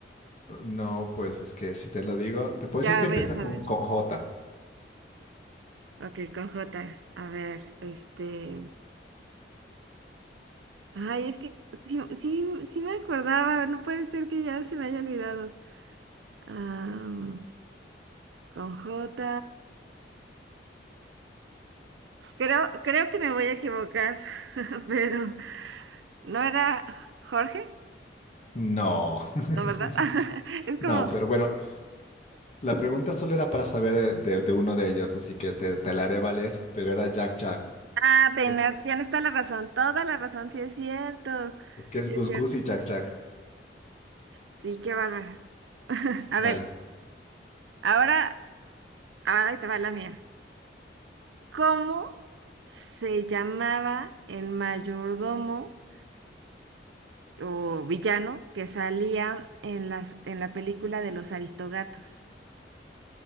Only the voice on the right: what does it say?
Ya
voy
a saber.
Ok, con J. A ver, este. Ay, es que sí, sí, sí me acordaba. No puede ser que ya se me haya olvidado. Ah. Con J. Creo, creo que me voy a equivocar, <laughs> pero no era Jorge,
¿no, verdad? <laughs> Es
como,
ah, tener,
tienes toda la razón, toda la razón, sí es cierto,
sí
es cierto.
Sí, qué bárbaro. <laughs> A
ver, ahora, ahora ahí te va la mía. ¿Cómo se llamaba el mayordomo o villano que salía en las, en la película de los Aristogatos?